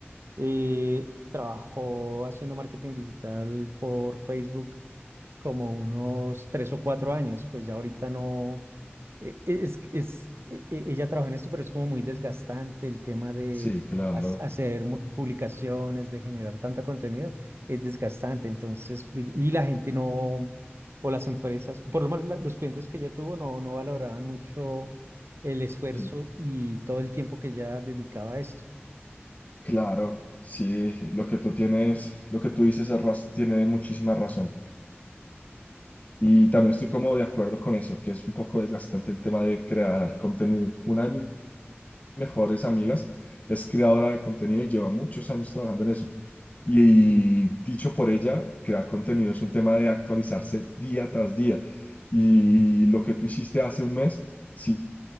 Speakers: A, on the right (about 70°); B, on the left (about 35°).
A: eh, trabajó haciendo marketing digital por Facebook como unos tres o cuatro años, pues ya ahorita no, e- e- es, es, e- e- ella trabaja en esto, pero es como muy desgastante el tema de
B: sí, claro,
A: hac- hacer mu- publicaciones, de generar tanta contenido, es desgastante, entonces, di- y la gente no, o las empresas, por lo menos la- los clientes que ella tuvo no, no valoraban mucho el esfuerzo
B: en-
A: y todo el tiempo que ella dedicaba a esto.
B: claro, sí, lo que tú tienes, lo que tú dices es raz- tiene muchísima razón. Y también estoy como de acuerdo con eso, que es un poco desgastante el tema de crear contenido. Una de mis mejores amigas, es creadora de contenido y lleva muchos años trabajando en eso. Y, dicho por ella, crear contenido es un tema de actualizarse día tras día. Y lo que tú hiciste hace un mes, si